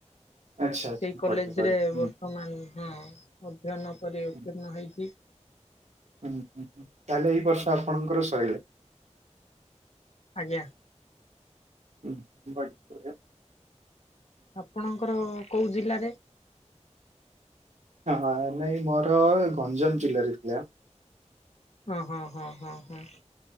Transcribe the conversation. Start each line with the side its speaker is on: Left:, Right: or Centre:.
Right: ଆଚ୍ଛା ଆଚ୍ଛା
Left: ସେଇ କଲେଜ
Right: ବଢିଆ ବଢିଆ
Left: ରେ
Right: ହୁଁ
Left: ବତ ମାନ ହଁ ଅଧ୍ୟୟନ ପରେ
Right: ହୁଁ
Left: ଉତ୍ତୀର୍ଣ୍ଣ ହେଇଛି।
Right: ହୁଁ ହୁଁ ହୁଁ ତାହେଲେ ଏଇ ବର୍ଷ ଆପଣଙ୍କର ଶୈଳା।
Left: ଆଜ୍ଞା
Right: ହୁଁ <unintelligible>
Left: ଆପଣଙ୍କର କୋଉ ଜିଲ୍ଲାରେ?
Right: ହଁ ନାଇଁ ମୋର ଗଞ୍ଜାମ ଜିଲ୍ଲାରେ ଥିଲା।
Left: ଓ ହଁ ହଁ ହଁ ହଁ।